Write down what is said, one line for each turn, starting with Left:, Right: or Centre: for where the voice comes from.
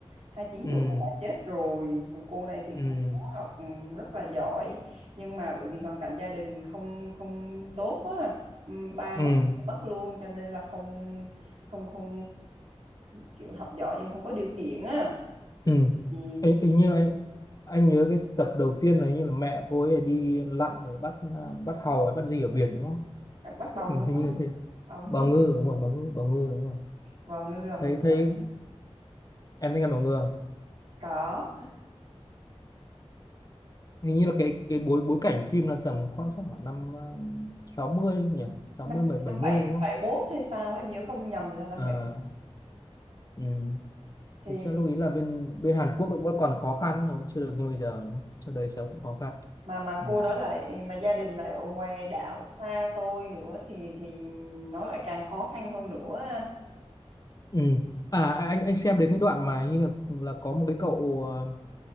Right: hai mươi chín
Left: ừ
Right: tuổi đã chết rồi còn cô này thì
Left: ừ
Right: cô có học ừ, rất là giỏi nhưng mà bởi vì hoàn cảnh gia đình không không tốt á ừ, ba mất
Left: ừ
Right: mất luôn cho nên là không không không kiểu học giỏi nhưng mà không có điều kiện á
Left: ừ
Right: thì
Left: Ê, hình như là anh anh nhớ cái tập đầu tiên là hình như là mẹ cô ấy đi lặn để bắt bắt hàu hay bắt gì ở biển đúng không
Right: bắt bào
Left: ừ,
Right: ngư
Left: hình như là thế
Right: bào ngư
Left: bào ngư đúng rồi bào ngư bào ngư đúng rồi
Right: bào ngư là một
Left: thấy thấy
Right: trăm
Left: em thấy ăn bằng ngừa
Right: có
Left: hình như là cái cái bối bối cảnh phim là tầm khoảng chắc khoảng năm ờ, 60 nhỉ sáu
Right: năm
Left: mươi bảy bảy
Right: năm
Left: mươi
Right: bảy
Left: đúng không
Right: bảy mốt hay sao á, em nhớ không nhầm là năm
Left: à,
Right: bảy mốt
Left: ừ.
Right: thì
Left: thì chắc lưu ý là bên bên Hàn Quốc vẫn còn khó khăn không chưa được như bây giờ đúng không? cho đời sống cũng khó khăn
Right: mà mà
Left: ừ.
Right: cô đó lại mà gia đình lại ở ngoài đảo xa xôi nữa thì thì nó lại càng khó khăn hơn nữa anh
Left: ừ. à à, anh anh xem đến cái đoạn mà hình như là là có một cái cậu ờ,